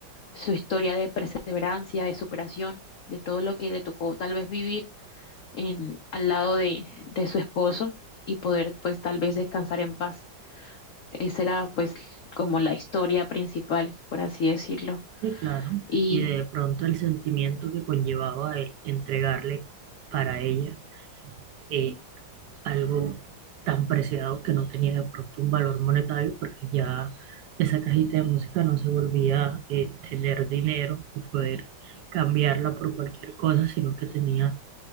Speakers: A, on the left (about 80°); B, on the right (about 70°).
A: su historia de perseverancia, de superación, de todo lo que le tocó tal vez vivir en, al lado de, de su esposo y poder pues tal vez descansar en paz. Esa era pues como la historia principal, por así decirlo.
B: Sí, claro,
A: Y
B: y de pronto el sentimiento que conllevaba el entregarle para ella eh, algo tan preciado que no tenía de pronto un valor monetario, porque ya esa cajita de música no se volvía eh, tener dinero o poder cambiarla por cualquier cosa, sino que tenía